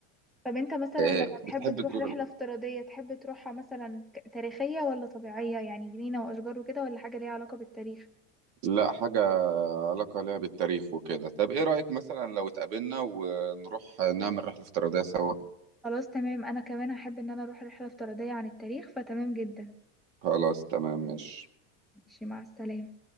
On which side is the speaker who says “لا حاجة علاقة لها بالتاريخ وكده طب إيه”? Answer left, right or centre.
Right